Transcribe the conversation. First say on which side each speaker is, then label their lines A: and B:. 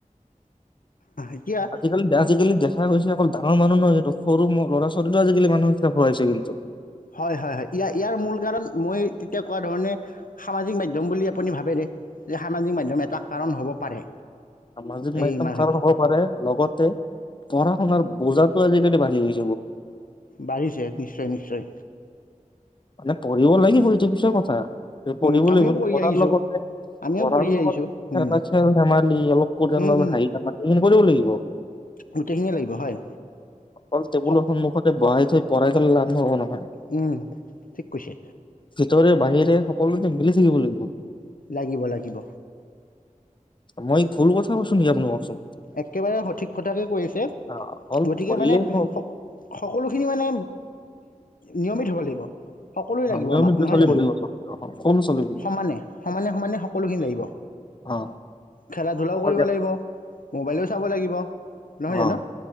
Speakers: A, on the left; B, on the left.
A: এতিয়া
B: আজিকালি, আজিকালি দেখা গৈছে অকল অ মানুহ নহয় এইটো, সৰু ম ল'ৰা-ছোৱালীতো আজিকালি মানুহিতাপোৱাছে কিন্তু
A: হয়, হয়, হয়, ইয়াৰ-ইয়াৰ মূল কাৰণ, মই তেতিয়া কোৱা ধৰণে, সামাজিক মাধ্যম বুলি আপুনি ভাবে নে? যে সামাজিক মাধ্যম এটা কাৰণ হ'ব পাৰে।
B: সামাজিক
A: এই
B: মাধ্যাম
A: মানসিক
B: কাৰণ হ'ব পাৰে, লগতে পঢ়া শুনাৰ বজাটো আজিকালি বাঢ়ি গৈ
A: বাঢ়িছে, নিশ্চয়-নিশ্চয়।
B: না পঢ়িব লাগিব সিটো পিছৰ কথা। পঢ়িব
A: উম, আমিও
B: লাগিব,
A: পঢ়ি
B: পঢ়াৰ
A: আহিছোঁ
B: লগতে,
A: আমিও
B: পঢ়াৰ
A: পঢ়ি
B: লগতে,
A: আহিছোঁ উম,
B: খেল-ধেমালি অলপ কৰি
A: উম, উম,
B: হাঁহি-ধেমালি কৰিব লাগিব।
A: গোটেইখিনিয়ে লাগিব হয়
B: অকল টেবুলৰ
A: সক
B: সন্মুখতে বহাই থৈ পঢ়াই লাভ নহ'ব নহয়।
A: উম ঠিক কৈছে।
B: ভিতৰে বাহিৰে সকলোতে মিলি থাকিব লাগিব।
A: লাগিব লাগিব।
B: মই ভূল কথা কছো নেকি আপোন কওকচোন।
A: একেবাৰে সঠিক কথাকে কৈছে।
B: অ অকল
A: গতিকে
B: পঢ়িলেই
A: মানে
B: নহ'ব
A: স সকলোখিনি মানে নিয়মিত হ'ব লাগিব। সকলো জাগিব
B: নিয়মিত
A: আমাক নহয়
B: চলিব
A: জানো
B: লাগিব চব সকলো চলিব লাগিব
A: সমানে সমানে সমানে সকলোখিনি লাগিব
B: অ
A: খেলা ধূলাও
B: অকল
A: কৰিব লাগিব। মোবাইলো চাব লাগিব। নহয় জানো
B: অ